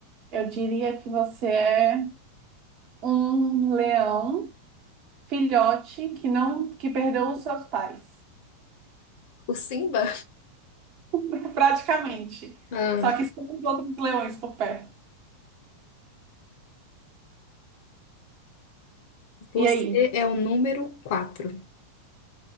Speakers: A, on the right; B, on the left.
A: eu diria que você é. um leão filhote que não que perdeu os seus pais,
B: O Simba?
A: <laughs> praticamente.
B: Ah,
A: Só que sem os outros leões por perto.
B: você
A: E aí?
B: é o número quatro.